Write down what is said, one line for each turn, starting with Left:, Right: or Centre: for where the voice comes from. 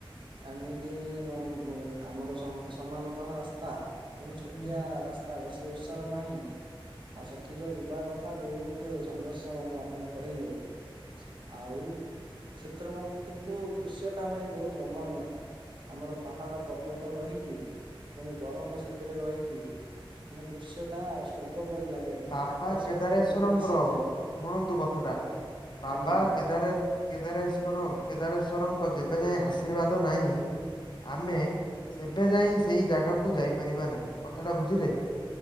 Right: ଏମିତି ନର୍ମାଲ। ଆମର ସମା ସମାନତଃ ରାସ୍ତା ପୁଣି ଛୋଟିଆ
Left: ହୁଁ।
Right: ରାସ୍ତା ବେଶୀ ଓଷାର ନାହିଁ। ଆଉ ସେଠି ଯୋଉ ଯିବା କଥା ବହୁତ ସଂଘର୍ଷମୟ ଆପଣ କହିଲେ। ଆଉ ସେଥିର ବାଦ୍ କିନ୍ତୁ ଦୃଶ୍ୟ ଟା ଭାଇ ବହୁତ ରମଣୀୟ। ଆମର ପାହାଡ ପର୍ବତ ରହିକି ପୁଣି ବରଫ ସେଥିରେ ରହିକି ମାନେ ଦୃଶ୍ୟ ଟା ସ୍ୱର୍ଗ ପରି ଲାଗେ।
Left: ବାବା
Right: ଆକାଶ
Left: କେଦାରେଶ୍ଵରଙ୍କର
Right: ଯେମିତି ମିଶିଯାଏ
Left: ଶୁଣନ୍ତୁ କଥା ଟା, ବାବା
Right: ଆଜ୍ଞା।
Left: କେଦାରେ କେଦାରେଶ୍କର କେଦାରେଶ୍ଵରଙ୍କ ଯେବେ ଯାଇଁ ଆଶୀର୍ବାଦ ନାହିଁ ଆମେ ସେବେ ଯାଇଁ ସେଇ ଜାଗାକୁ ଯାଇପାରିବା ନାହିଁ କଥାଟା ବୁଝିଲେ।